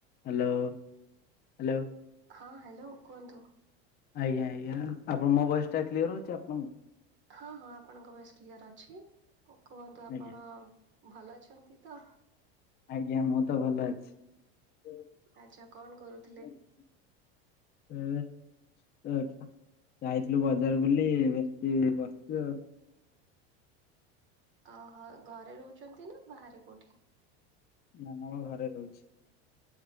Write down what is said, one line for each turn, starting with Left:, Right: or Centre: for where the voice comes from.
Left: Hello hello
Right: ହଁ, hello କୁହନ୍ତୁ?
Left: ଆଜ୍ଞା ଆଜ୍ଞା, ଆପଣ ମୋ ଭଏସ ଟା କ୍ଲିୟର ହଉଚି, ଆପଣଙ୍କୁ?
Right: ହଁ ହଁ ଆପଣଙ୍କ ଭଏସ କ୍ଲିୟର ଅଛି। କ କୁହନ୍ତୁ ଆପଣ
Left: ଆଜ୍ଞା
Right: ଭଲ ଅଛନ୍ତି ତ?
Left: ଆଜ୍ଞା, ମୁଁ ତ ଭଲ ଅଛି।
Right: ଆଚ୍ଛା କଣ କରୁଥିଲେ?
Left: ମୁଁ ଆଇଥ ଆଇଥିଲୁ ବଜାର ବୁଲି ଏଠି ବସିଚି ଆଉ।
Right: ଅହ ଘରେ ରହୁଛନ୍ତି ନା ବାହାରେ କୋଉଠି?
Left: ମୁଁ ମୋର ଘରେ ରହୁଚି।